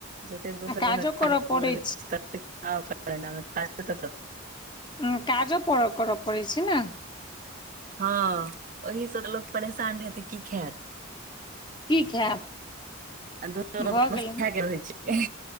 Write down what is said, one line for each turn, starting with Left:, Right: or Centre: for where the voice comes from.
Right: जतेक दोसर
Left: आ काजो
Right: जगह खेल
Left: करऽ पड़ै
Right: <unintelligible> लग
Left: हँ काजो परऽ करऽ पड़ै छै ने,
Right: हँ ओहि से तऽ लोक परेशान रहै तऽ की खैत
Left: की खायब
Right: आ <unintelligible>
Left: भऽ गेलै
Right: के रहै छै,